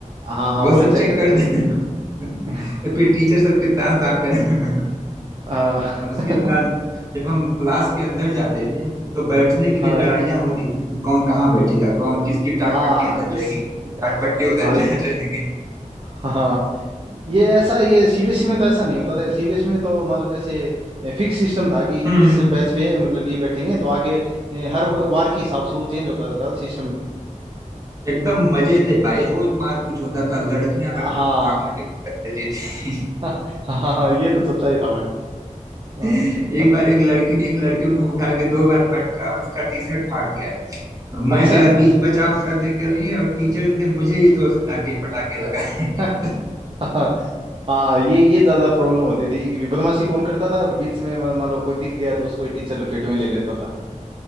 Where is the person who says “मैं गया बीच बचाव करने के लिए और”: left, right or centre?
Right